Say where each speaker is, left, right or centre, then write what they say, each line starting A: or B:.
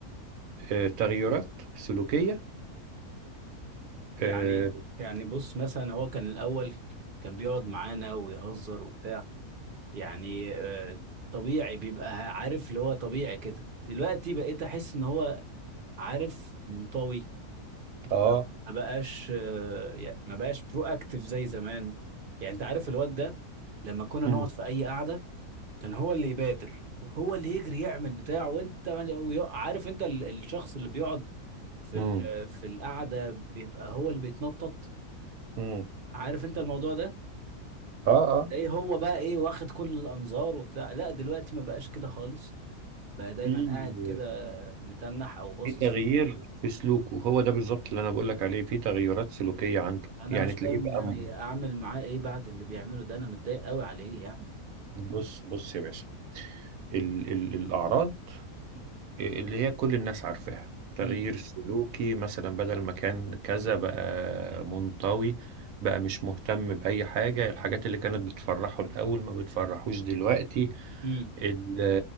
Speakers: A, on the right; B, on the right.
A: آه، تغيرات سلوكية
B: يعني
A: آه
B: يعني بص مثلا هو كان الاول كان بيقعد معانا ويهزر وبتاع يعني آه، طبيعي بيبقى عارف اللي هو طبيعي كده دلوقتي بقيت احس ان هو عارف منطوي
A: آه
B: ما ما بقاش آه، يعني ما بقاش برو اكتف زي زمان يعني انت عارف الواد ده لما كنا
A: مم،
B: نقعد في اي قعده كان هو اللي يبادر وهو اللي يجري يعمل بتاعه وانت ويق- عارف انت ال- الشخص اللي بيقعد في
A: مم،
B: ال- في القعده بيبقى هو اللي بيتنطط
A: مم.
B: عارف انت الموضوع ده
A: آه آه
B: تلاقيه هو بقى ايه واخد كل الانظار وبتاع لا دلوقتي ما بقاش كده خالص بقى دايما
A: في
B: قاعد كده متنح او باصص
A: في تغيير
B: في
A: في سلوكه هو ده بالظبط اللي أنا بقول لك عليه في تغيرات سلوكية عنده
B: انا
A: يعني
B: مش
A: تلاقيه
B: فاهم
A: بقى
B: يعني
A: م-
B: اعمل معاه ايه بعد اللي بيعمله ده انا متضايق قوي عليه يعني
A: بص بص يا باشا ال ال الأعراض اللي هي كل الناس عارفاها تغيير
B: امم
A: سلوكي مثلا بدل ما كان كذا بقى منطوي بقى مش مهتم بأي حاجة الحاجات اللي كانت بتفرحه الأول ما بتفرحوش دلوقتي
B: امم
A: ال-